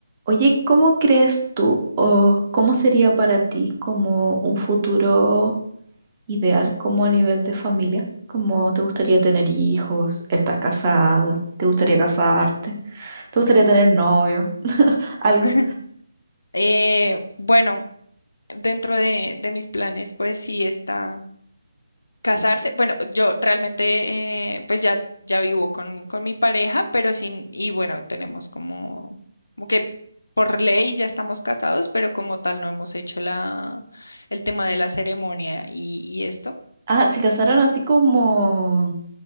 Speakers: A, on the right (about 30°); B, on the left (about 80°).
A: Oye, ¿cómo crees tú o cómo sería para ti como un futuro ideal, como a nivel de familia? ¿Cómo te gustaría tener hijos? ¿Estás casada? ¿Te gustaría casarte? ¿Te gustaría tener novio? Algo.
B: <laughs> Eh, bueno, dentro de, de mis planes, pues sí está casarse. Bueno, yo realmente, eh, pues ya, ya vivo con, con mi pareja, pero sin, y bueno, tenemos como, como que por ley ya estamos casados, pero como tal no hemos hecho la, el tema de la ceremonia y, y esto.
A: Ah, se casaron así como,